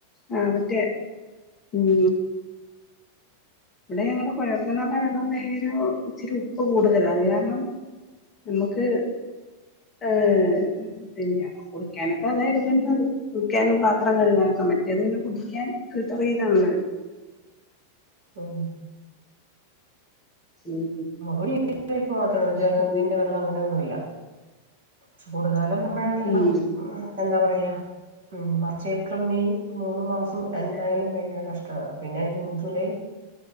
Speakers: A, on the left (about 25°); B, on the right (about 60°).
A: ആഹ് മറ്റേ ഉം ഇവിടെ അങ്ങനെ കുഴൽ കിണറിന്റെ വെള്ളം മേയൊരു ഇച്ചിരി ഉപ്പ് കൂടുതലാഅത് കാരണം നമ്മുക്ക് ആഹ് പിന്നെ കുളിക്കാനൊക്കെ അതാ എടുക്കുന്നത്. കുളിക്കാനും, പാത്രം കഴുകാനൊക്കെ മറ്റേത് പിന്നെ കുടിക്കാൻ ഫിൽട്ടർ ചെയ്താണല്ലോ എടുക്കുന്ന
B: ഉം.
A: ഉം
B: അവിടെ ഈ പൈപ്പ് മാത്രമേ ഉള്ളു. ജലനിധിന്റെവെള്ളം
A: അങ്ങനെ
B: അങ്ങനെയൊന്നുല്ല. ചൂട കാലം വരുമ്പോഴാണല്ലോ
A: ഉം
B: മ്മ് എന്താ പറയ മാർച്ച്, ഏപ്രിൽ, മെയ്, മൂന്ന് മാസം
A: അതെ
B: എന്തായാലും ഭയങ്കര കഷ്ട പിന്നെ ജൂൺ, ജൂലൈ